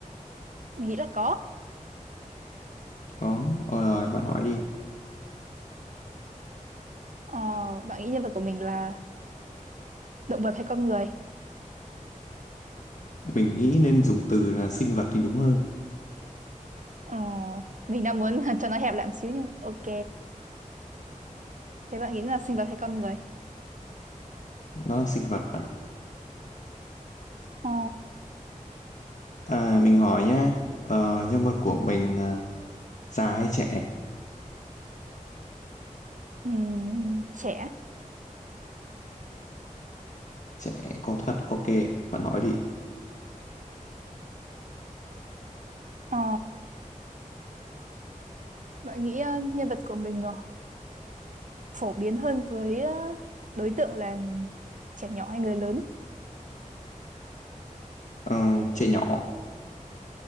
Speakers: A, on the right (about 65°); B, on the left (about 65°).
A: mình nghĩ là có.
B: Có. Ờ, rồi bạn hỏi đi.
A: Ờ, bạn nghĩ nhân vật của mình là động vật hay con người?
B: Mình nghĩ nên dùng từ là sinh vật thì đúng hơn.
A: Ờ, mình đang muốn <laughs> cho nó hẹp lại một xíu nhưng ok. Thế bạn nghĩ là sinh vật hay con người?
B: Nó là sinh vật bạn ạ.
A: Ờ,
B: À, mình hỏi nhá, ờ, nhân vật của mình à, già hay trẻ?
A: ừm, trẻ.
B: Trẻ có thật, ok, bạn hỏi đi.
A: Ờ, bạn nghĩ ờ, nhân vật của mình phổ biến hơn với ờ, đối tượng là trẻ nhỏ hay người lớn.
B: Ờ, trẻ nhỏ.